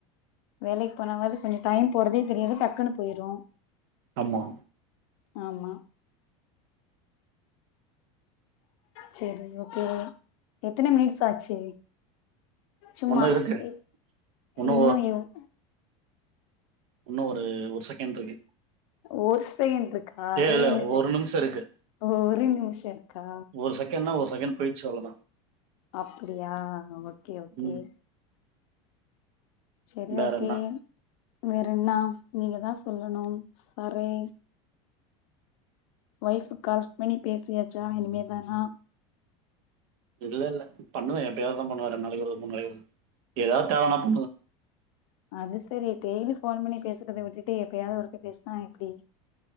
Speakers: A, on the left; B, on the right.
A: வேலைக்கு போனாவது கொஞ்சோ டைம் போறதே தெரியாது டக்குன்னு போயிரு
B: ஆமா
A: ஆமா செரி ஓகே எத்தன மினிட்ஸ் ஆச்சு சும்மா
B: ஒன்னு இருக்கு
A: இ
B: உன்னு
A: இன்னும் எவ்
B: உன்னு ஒரு செகண்ட் இருக்கு
A: ஒரு செகண்ட் இருக்கா
B: இல்ல
A: அதுல
B: இல்ல
A: என்ன பெரி
B: ஒரு நிமிஷமிருக்கு
A: ஒரு நிமிஷோ இருக்கா
B: ஒரு செகண்ட்னா ஒரு செகண்ட் போயிச்சு அவ்ளோதா
A: அப்பிடியா ஓகே ஓகே
B: ம்
A: செரி
B: வேற
A: ஓகே
B: என்ன
A: வேறன்னா நீங்க தா சொல்லணும் சரெ வைஃப்க்கு கால் பண்ணி பேசியாச்சா இனிமேதானா
B: இல்லல்ல பண்ணுவே எப்பயாவதுதா பண்ணுவே ரெண்ட் நாளைக்கு ஒரு மூண் நாளைக்கு ஒருத் ஏதாவது தேவனா
A: ஆ
B: பண்னுவ
A: அது சரி டெய்லி ஃபோன் பண்ணி பேசுறத விட்டுட்டு எப்பயாவது ஒருக்க பேசுனா எப்பிடி